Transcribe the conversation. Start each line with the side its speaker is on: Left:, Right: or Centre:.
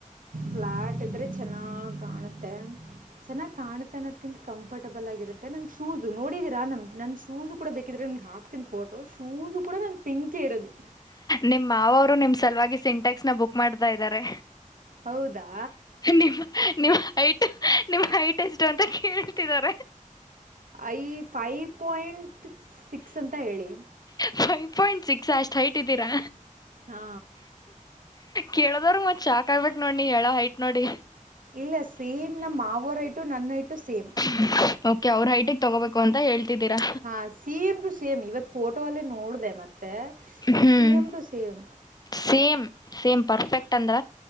Right: ಫ್ಲಾಟ್ ಇದ್ರೆ ಚೆನ್ನಾಗ್ ಕಾಣುತ್ತೆ. ಚೆನ್ನಾಗ್ ಕಾಣುತ್ತೆ ಅನ್ನೋದ, ಕಂಫರ್ಟ್ಬಲ್ ಆಗಿರುತ್ತೆ ನಂಗೆ ಶೂಸ ನೋಡಿದಿರಾ ನನ್ ಶೂಸ ಕೂಡ ಬೇಕಿದ್ರೆ ನಿಂಮ್ಗ್ ಹಾಕ್ತಿನಿ ಫೋಟೋ. ಶೂಸು ಕೂಡ ನನ್ ಪಿಂಕ ಇರೋದು.
Left: ನಿಮ್ ಮಾವ್ರು ನಿಮ್ ಸಲುವಾಗಿ ಸಿಂಟ್ಯಾಕ್ಸ್ ನ ಬುಕ್ ಮಾಡ್ತಾ ಇದ್ದಾರೆ.
Right: ಹೌದಾ,
Left: ನಿಮ್ಮ ನಿಮ್ಮ ಹೈಟ್ ನಿಮ್ಮ ಹೈಟ್ ಎಷ್ಟು ಅಂತ ಕೇಳ್ತಿದ್ದಾರೆ.
Right: ಐ ಫೈವ ಪಾಯಿಂಟ್ ಸಿಕ್ಸ್ ಅಂತ ಹೇಳಿ.
Left: ಫೈವ್ ಪಾಯಿಂಟ್ ಸಿಕ್ಸ್ ಅಷ್ಟ್ ಹೈಟ್ ಇದ್ದೀರಾ.
Right: ಹಾ,
Left: ಕೇಳದವ್ರ ಮತ್ ಶಾಕ್ ಆಗ್ಬೇಕ್ ನೋಡ್ ನೀ ಹೇಳೋ ಹೈಟ್ ನೋಡಿ.
Right: ಇಲ್ಲ ಸೇಮ್ ನಮ್ಮ ಮಾವರ ಹೈಟ್ ನನ್ನ ಹೈಟು ಸೇಮ್.
Left: <inaudible> ಹೈಟಿಗೆ ತಗೋಬೇಕು ಅಂತ ಹೇಳ್ತಿದ್ದೀರಾ
Right: ಹಾ C M to C M ಇವತ್ ಫೋಟೋ ಅಲ್ಲ ನೋಡ್ದ. ಮತ್ತೆ ತೆ
Left: ಹ್ಮ್
Right: same to same.
Left: Same same perfect ಅಂದ್ರ.